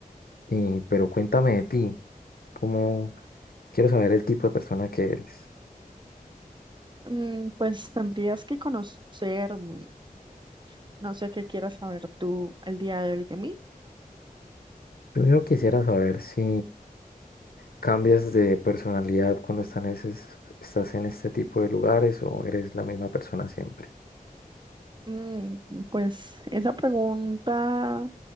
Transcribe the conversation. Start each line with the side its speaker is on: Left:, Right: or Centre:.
Left: Y, pero cuéntame de ti, cómo quiero saber el tipo de persona que eres.
Right: Mm, pues tendrías que conocerme. No sé qué quieras saber tú el día de hoy de mí.
Left: Primero quisiera saber si cambias de personalidad cuando estás en ese- estás en este tipo de lugares o eres la misma persona siempre.
Right: Mm, pues esa pregunta,